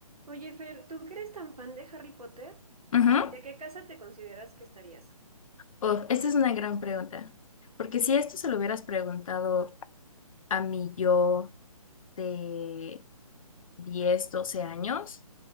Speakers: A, on the right; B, on the left.
A: Oye, Fer, ¿tú que eres tan fan de Harry Potter?
B: Ujú.
A: ¿De qué casa te consideras que estarías?
B: Uf, esta es una gran pregunta, porque si esto se lo hubieras preguntado a mi yo de 10 12 años,